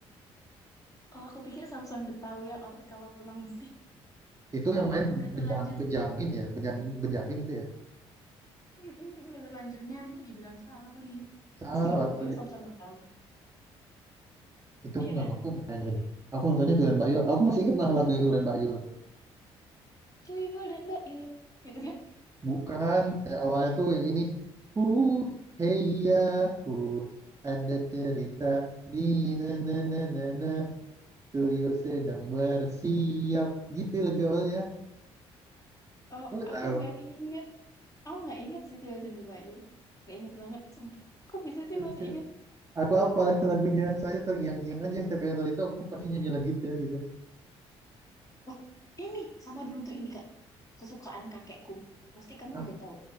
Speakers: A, on the left (about 30°); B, on the right (about 25°).
A: Oh aku pikir Samson Betawi yang otot kawat tulang besi.
B: itu yang main
A: <laughs> Udah terlanjur,
B: Benja- Benjamin ya Benjamin Benjamin itu ya
A: Mm-mm, udah terlanjur nyanyi, dibilang salah lagi.
B: salah
A: Itu juga
B: waktu
A: bagus loh Samson Betawi,
B: itu
A: iya
B: aku nggak
A: kan?
B: nonton ya kayaknya nih aku nontonnya Tulen Bayul aku masih ingat malah lagunya Tulen Bayul
A: Tuyul dan Bail, gitu kan?
B: Bukan, kayak awalnya tuh yang ini. Hu, hey ya, hu, ada cerita di na na na na na, Tuyul sedang bersiap. Gitu lagu awalnya.
A: Oh
B: Aku nggak
A: aku
B: tahu.
A: nggak ingat. Aku nggak ingat sih Tuyul dan Bayul. Nggak inget banget. Sumpah. Kok bisa
B: Itu,
A: sih masih
B: itu.
A: inget?
B: Aku apa itu lagunya? Soalnya terngiang-ngiang aja setiap kali nonton itu aku pasti nyanyi lagu itu gitu.
A: Oh, ini sama dulu tuh ini Kak. Kesukaan kakekku. Pasti kamu
B: Ap-
A: juga tahu.